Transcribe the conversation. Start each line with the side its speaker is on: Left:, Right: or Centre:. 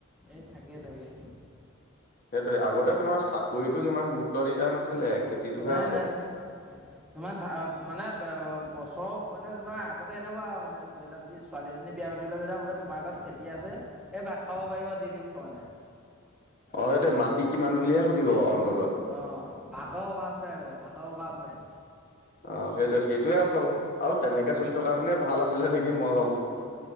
Centre: এ থাকে- থাকে।
Left: সেইটোয়ে, আগতে তোমাৰ চাকৰিতোক ইমান গুৰুত্ব দিয়া নাছিলে। খেতিটোহে
Centre: নাই
Left: আচল।
Centre: - নাই -নাই। তোমাৰ মানে বছৰ মানে তোমাৰ আগতে এনেকুৱা আৰু মানে ধৰি লোৱা তুমি ছোৱালী এজনী বিয়া পাতিবলৈ গৈছা বোলে তোমাৰ ঘৰত খেতি আছে সেই ভাত খাব পাৰিব দি দিব মানে।
Left: অ' এইটোৱে মাটি কিমান বুলিহে সুধিব অন্ততঃ।
Centre: অ' ভাতৰ অভাৱ নাই মানে ভাতৰ অভাৱ নাই।
Left: অ' সেইটোৱে- সেইটোয়ে আচল আৰু তেনেকে চলি থকা হেতেনেই ভাল আছিলে নেকি মই ভাবো।